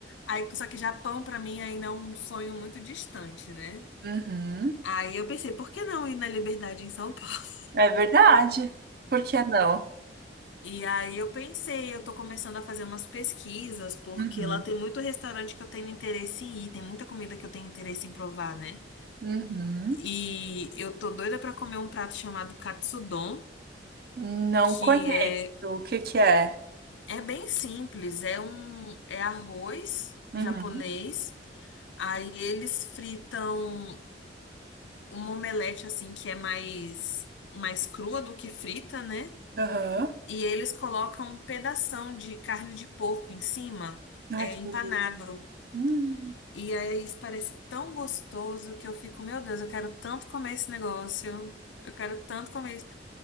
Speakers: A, on the left (about 75°); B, on the right (about 55°).
A: Aí, só que Japão, pra mim, ainda é um sonho muito distante, né?
B: Uhum.
A: Aí eu pensei, por que não ir na Liberdade em São Paulo?
B: É verdade. Por que não?
A: E aí eu pensei, eu tô começando a fazer umas pesquisas, porque
B: Uhum.
A: lá tem muito restaurante que eu tenho interesse em ir, tem muita comida que eu tenho interesse em provar, né?
B: Uhum.
A: E eu tô doida pra comer um prato chamado katsudon,
B: Não
A: que
B: conheço.
A: é
B: O que que é?
A: É bem simples, é um é arroz
B: Uhum.
A: japonês. Aí eles fritam uma omelete assim que é mais mais crua do que frita, né?
B: Aham.
A: E eles colocam um pedação de carne de porco em cima,
B: Ai,
A: é
B: que
A: empanado.
B: delícia. Hum.
A: E aí isso parece tão gostoso que eu fico, meu Deus, eu quero tanto comer esse negócio. Eu quero tanto comer isso.